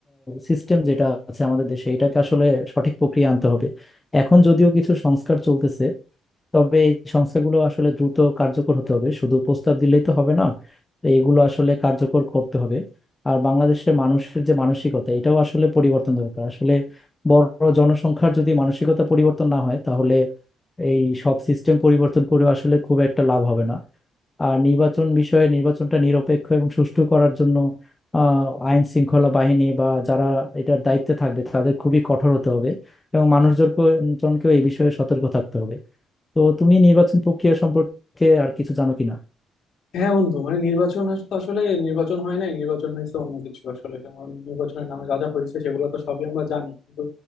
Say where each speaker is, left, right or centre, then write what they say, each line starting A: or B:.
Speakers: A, on the left; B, on the left.
A: সিস্টেম যেটা আছে আমাদের দেশে এটাকে আসলে সঠিক প্রক্রিয়া আনতে হবে এখন যদিও কিছু সংস্কার চলতেছে তবে এই সংস্থাগুলো আসলে দ্রুত কার্যকর হতে হবে শুধু প্রস্তাব দিলেই তো হবে না তো এগুলো আসলে কার্যকর করতে হবে আর বাংলাদেশের মানুষের যে মানসিকতা এটাও আসলে পরিবর্তন দরকার আসলে বড় জনসংখ্যার যদি মানসিকতা পরিবর্তন না হয় তাহলে এই সব সিস্টেম পরিবর্তন করে আসলে খুব একটা লাভ হবে না আর নির্বাচন বিষয়ে নির্বাচনটা নিরপেক্ষ এবং সুষ্ঠু করার জন্য আহ আইন শৃঙ্খলা বাহিনী বা যারা এটার দায়িত্বে থাকবে তাদের খুবই কঠোর হতে হবে এবং মানুষজনকে জনকেও এই বিষয়ে সতর্ক থাকতে হবে তো তুমি নির্বাচন প্রক্রিয়া সম্পর্কে আর কিছু জানো কিনা
B: হ্যাঁ বন্ধু মানে নির্বাচন আস- তো আসলে নির্বাচন হয় নাই নির্বাচন হয়েছে অন্য কিছু আসলে কারণ নির্বাচনের নামে যা যা হয়েছে সেগুলো তো সবই আমরা জানি কিন্তু